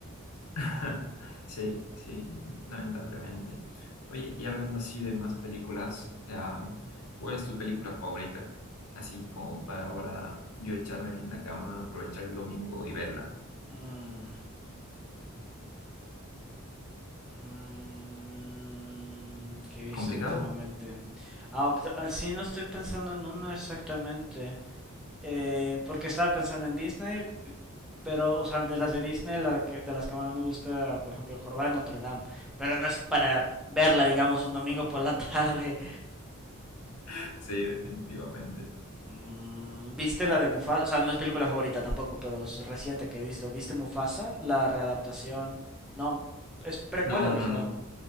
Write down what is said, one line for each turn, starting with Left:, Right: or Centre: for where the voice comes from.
Left: <laughs> Sí, sí, lamentablemente. Oye, y hablando así de más películas, am, ¿cuál es tu película favorita? Así como para ahora yo echarme en la cama, aprovechar el domingo y verla.
Centre: Mm, mm, ¿qué he visto
Left: ¿Complicado?
Centre: últimamente? Ah, oct- ah, sí, no estoy pensando en una exactamente. Eh, porque estaba pensando en Disney, p- pero, o sea, de las de Disney, la que- de las que más me gusta, por ejemplo, El Jorobado de Notre Dame. Pero no es para verla, digamos, un domingo por la <laughs> tarde.
Left: <laughs> Sí, definitivamente.
Centre: Mm, ¿Viste la de Mufasa? O sea, no es película favorita tampoco, pero es reciente que he visto. ¿Viste Mufasa? La readaptación. No, es precuela
Left: No,
Centre: original.
Left: no, no,